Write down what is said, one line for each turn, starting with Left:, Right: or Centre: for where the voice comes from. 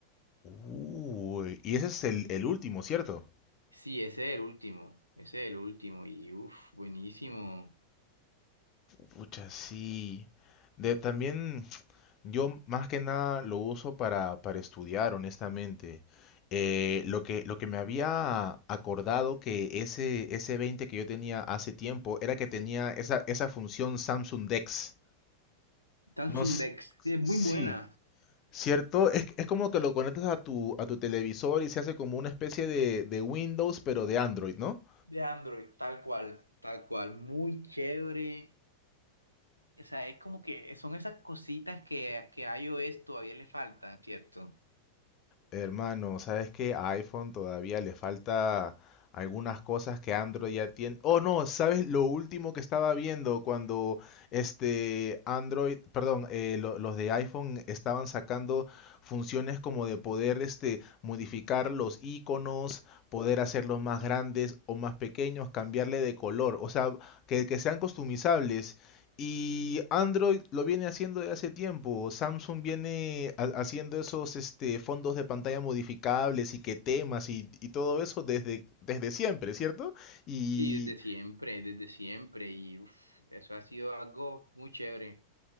Left: Uy, y ese es el, el último, ¿cierto?
Right: Sí, ese es el último, ese es el último y uff, buenísimo.
Left: Pucha, sí. De, también yo más que nada lo uso para, para estudiar, honestamente. Eh, lo que, lo que me había acordado que ese, ese 20 que yo tenía hace tiempo era que tenía esa, esa función Samsung Dex.
Right: Samsung
Left: No, s-
Right: Dex, sí, es muy
Left: sí,
Right: buena.
Left: ¿cierto? Es, es como que lo conectas a tu, a tu televisor y se hace como una especie de, de Windows, pero de Android, ¿no?
Right: De Android, tal cual. Tal cual, muy chévere. O sea, es como que son esas cositas que, que a iOS todavía le faltan, ¿cierto?
Left: Hermano, ¿sabes qué? A iPhone todavía le falta algunas cosas que Android ya tiene. Oh, no, ¿sabes lo último que estaba viendo cuando este Android, perdón, eh, lo- los de iPhone estaban sacando funciones como de poder este modificar los iconos, poder hacerlos más grandes o más pequeños, cambiarle de color, o sea, que, que sean customizables y Android lo viene haciendo desde hace tiempo. Samsung viene ha- haciendo esos este, fondos de pantalla modificables y que temas y, y todo eso desde, desde siempre, ¿cierto? Y
Right: Sí, desde siempre, desde siempre. Y uf, eso ha sido algo muy chévere.